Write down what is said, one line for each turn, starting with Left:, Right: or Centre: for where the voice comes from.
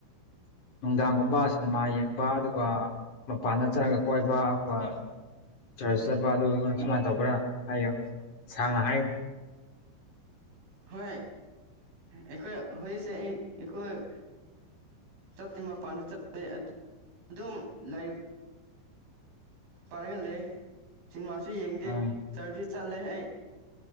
Left: ꯅꯨꯡꯗꯥꯡꯒꯨꯝꯕ ꯁꯤꯅꯤꯃꯥ ꯌꯦꯡꯕ ꯑꯗꯨꯒ ꯃꯄꯥꯟꯗ ꯆꯠꯂꯒ ꯀꯣꯏꯕ ꯑꯗꯨꯒ ꯆꯔꯁ ꯆꯠꯄ ꯑꯗꯨꯒ ꯁꯨꯃꯥꯏ ꯇꯧꯕ꯭ꯔꯥ ꯍꯥꯏꯌꯨ ꯁꯥꯡꯅ ꯍꯥꯏꯌꯨ
Right: ꯍꯣꯏ ꯑꯩꯈꯣꯏ ꯍꯧꯖꯤꯛꯁꯦ ꯑꯩ ꯑꯩꯈꫭꯏ ꯆꯠꯇꯦ ꯃꯄꯥꯟꯗ ꯆꯠꯇꯦ ꯑꯗꯨꯝ ꯂꯥꯏꯔꯤꯛ ꯄꯥꯏꯔꯒ ꯂꯩꯌꯦ ꯁꯤꯅꯤꯃꯥꯁꯨ ꯌꯦꯡꯗꯦ
Left: ꯑꯪ
Right: ꯆꯔꯁꯨ ꯆꯠꯂꯦ ꯑꯩ